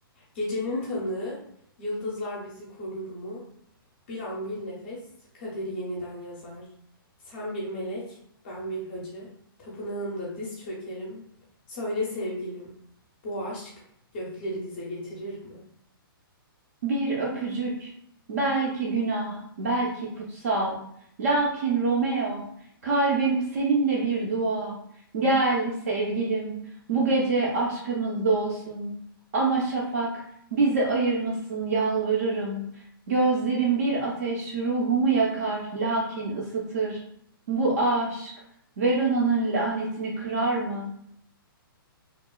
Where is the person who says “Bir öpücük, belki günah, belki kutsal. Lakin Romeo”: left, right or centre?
Right